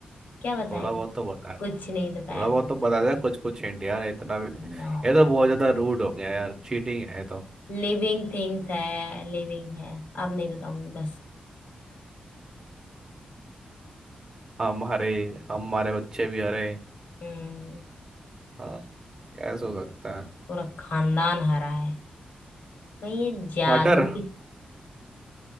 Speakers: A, on the left; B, on the right.
A: क्या बताया
B: थोड़ा
A: था
B: बहुत तो बताया
A: कुछ नहीं
B: थोड़ा
A: बताया
B: बहुत
A: था
B: तो बताया था कुछ कुछ हिंट यार इतना भी ये
A: नो
B: तो बहुत ज्यादा रूड हो गया यार चीटिंग है ये तो
A: लिविंग थिंग्स है लिविंग है अब नहीं बताऊंगी बस
B: हम हरे हम हमारे बच्चे भी हरे
A: हम्म
B: हाँ कैसे हो सकता है
A: पूरा खानदान हरा है कहीं ये जादू
B: मटर
A: की